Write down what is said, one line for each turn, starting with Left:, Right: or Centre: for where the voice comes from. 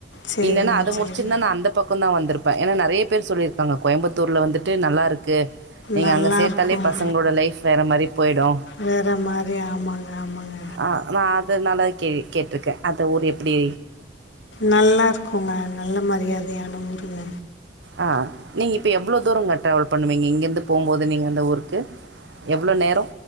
Left: சரிங்க
Right: இல்லன்னா அது முடிச்சிருந்தா
Left: சரிங்க
Right: நா அந்த பக் கோந்தா வந்திருப்ப ஏன்னா நெறைய பேர் சொல்லியிருக்காங்க கோயம்புத்தூர்ல வந்துட்டு நல்லாருக் கு நீங்க
Left: நல்லா
Right: அங்க சேர்த்தாலே
Left: இருக்குங்க
Right: பசங்களோட லைஃப் வேற மாரி போயிடு
Left: வேற மாரி ஆமாங்க ஆமாங்க
Right: ஆ நா அது நல்ல கேள்வி கேட்டுருக்க அது ஒரு ப்டி
Left: நல்லா இருக்குங்க நல்ல மரியாதையான ஊருங்க
Right: ஆ நீங்க இப்ப எவ்ளோ தூரங்க ட்ராவல் பண்ணுவீங்க இங்கருந் து போம்போது நீங்க அந்த ஊருக்கு எவ்ளோ நேரொ